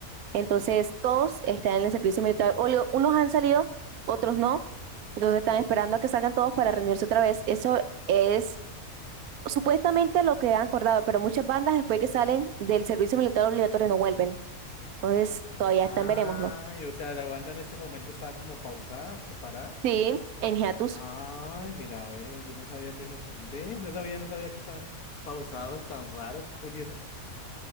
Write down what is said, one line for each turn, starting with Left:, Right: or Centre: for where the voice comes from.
Right: entonces todos están en el servicio militar. obligatorio. Unos han salido, otros no. Entonces están esperando a que salgan todos para reunirse otra vez. Eso es supuestamente lo que han acordado, pero muchas bandas después que salen del servicio militar obligatorio no vuelven. Entonces todavía
Left: Ay,
Right: están, veremos, ¿no?
Left: o sea, la banda en este momento está como pausada, separada.
Right: Sí, en hiatus.
Left: Ay, mira, ve, yo no sabía que eso, pu- ve, no sabía, no sabía que estaban pausados tan raro, qué curioso.